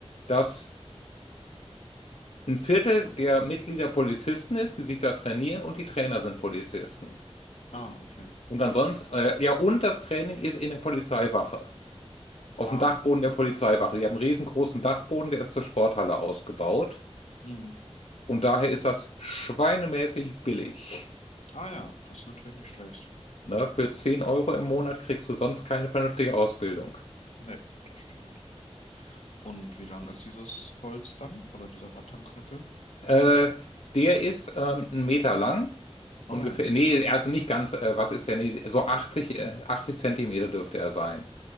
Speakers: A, on the left; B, on the left.
A: dass ein Viertel der Mitglieder Polizisten ist, die sich da trainieren und die Trainer sind Polizisten.
B: Ah, okay.
A: Und ansonsten, äh, ja, und das Training ist in der Polizeiwache, auf
B: Ah,
A: dem Dachboden der Polizeiwache. Die haben einen riesengroßen Dachboden, der ist zur Sporthalle ausgebaut.
B: mhm.
A: Und daher ist das schweinemäßig billig.
B: Ah ja, das ist natürlich nicht schlecht.
A: Ne? Für 10 Euro im Monat kriegst du sonst keine vernünftige Ausbildung.
B: Nee, das stimmt. Und wie lang ist dieses Holz dann? Oder dieser Rattanknüppel?
A: Äh, der ist ähm, einen Meter lang,
B: Ah
A: ungefähr.
B: ja,
A: Nee, also nicht ganz, äh, was ist der? Nee, so 80 äh, 80 Zentimeter dürfte er sein.